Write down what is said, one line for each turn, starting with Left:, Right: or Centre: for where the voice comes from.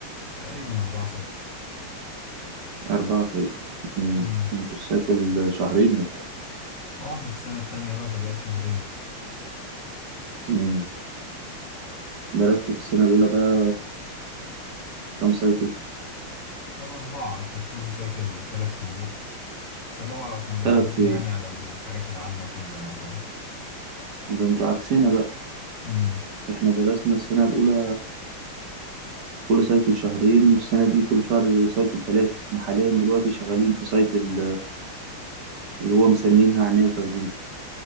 Left: تقريبا أربعة سايكل
Right: اربعه سايكل مم.
Left: امم
Right: انتوا السايكل شهرين ولا ايه
Left: اه احنا في السنة التانية بقى فبقت شهرين
Right: مم. درستوا في السنه الاولى بقى كام سايكل
Left: كان أربعة كانت كل سايكل تلات شهور فاللي هو كان
Right: ثلاث
Left: عدينا
Right: شهور
Left: يعني على الحاجات العامة كلها يعتبر
Right: ده انتوا عكسنا بقى
Left: امم
Right: احنا درسنا السنه الاولى كل سايكل شهرين والسنه دي كل شهر سايكل ثلاثه احنا حاليا دلوقتي شغالين في سايكل اللي هو مسمينها عناية وتخدير